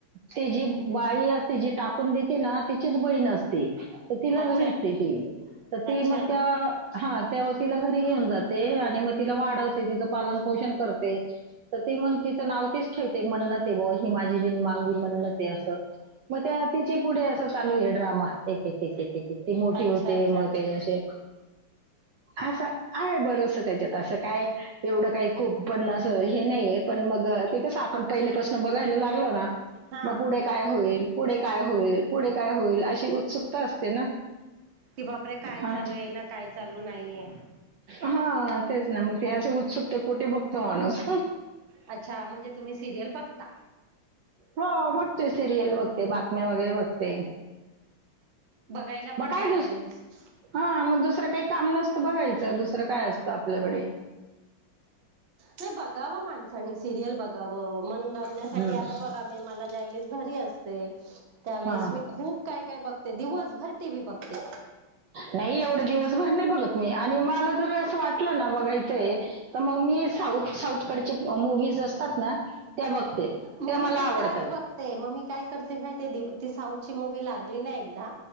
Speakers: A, on the right (about 70°); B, on the right (about 45°).
A: ती जी बाई असते जी टाकून देते ना तिचीच बहीण असते तर तिलाच
B: अच्छा
A: भेटते ती तर ती
B: अच्छा
A: मग त्या हा तेव्हा तिला घरी घेऊन जाते आणि मग तिला वाढवते तिचं पालन पोषण करते तर ग तिचं नाव तिच ठेवते मन्नत आहे बुवा ही माझी बिनमा माझी मन्नत अस मग तिची पुढे अस चालू आहे ड्रामा एक एक किती मोठी
B: अच्छा
A: होते
B: अच्छा
A: मग ते असे असं आहे बरंस त्याच्यात असं काय एवढं काही खूप पण असं हे नाहीये पण मग ते कस आपण पहिलीपासून बघायला लागलो ना
B: हा
A: मग पुढे काय होईल पुढे काय होईल पुढे काय होईल अशी उत्सुकता असते ना
B: कि बापरे काय
A: हा.
B: चालू आहे ना काय चालू नाहीये
A: हा तेच ना मग ते असे उत्सुकते कुठे बघतो माणूस
B: अच्छा म्हणजे तुम्ही सिरियल बघता
A: ह बघते सिरियल बघते बातम्या वगैरे बघते
B: बघायला पण
A: मग काय
B: पाहिजे.
A: दुस
B: नाही
A: हा मग दुसरं काही काम नसतं बघायचं दुसरं काय असतं आपल्याकडे
B: नाही बघाव माणसानी सिरियल बघावं मन रमण्यासाठी
A: हम्म.
B: बघावं म ज्या व घरी असते त्यावेळेस
A: हा
B: मी खूप काय काय बघते दिवसभर टीवही बघ ओके
A: नाही एवढं दिवसभर नाही बघत मी आणि मला जर अस वाटलं ना बघायचं तर मग मी साऊथ साऊथकडच्या मुव्हीज असतात ना त्या बघते
B: मग
A: त्या मला
B: मी पण
A: आवडतात
B: त्याच बघतेय मग मी काय करते म ते ती साऊथची मूवी लागली ना एकदा